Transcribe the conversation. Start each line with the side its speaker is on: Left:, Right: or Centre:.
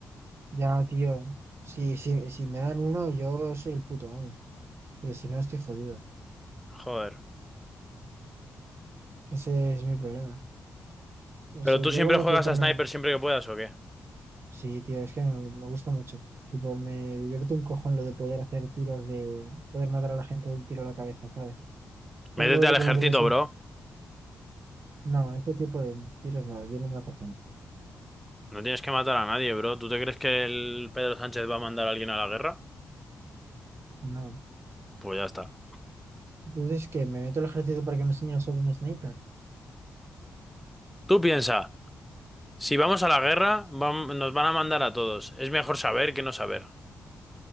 Right: Ya, tío, sí, sí, si me dan uno, yo soy el puto amo, pero si no, estoy jodido.
Centre: Joder.
Right: Ese es mi problema. Eso,
Centre: Pero tú
Right: yo
Centre: siempre
Right: como
Centre: juegas
Right: que cuando,
Centre: a sniper siempre que puedas, ¿o qué?
Right: sí, tío, es que me, me gusta mucho. Tipo, me divierto un cojón lo de poder hacer tiros de, poder matar a la gente de un tiro a la cabeza, ¿sabes? Cuando
Centre: Métete al
Right: como
Centre: ejército,
Right: que lo sé,
Centre: bro.
Right: no, este tipo de tiros no, yo no mato gente,
Centre: No tienes que matar a nadie, bro. ¿Tú te crees que el Pedro Sánchez va a mandar a alguien a la guerra?
Right: no.
Centre: Pues ya está.
Right: Entonces, que me meto al ejército para que me enseñen sobre un sniper.
Centre: Tú piensa, si vamos a la guerra, vam- nos van a mandar a todos. Es mejor saber que no saber.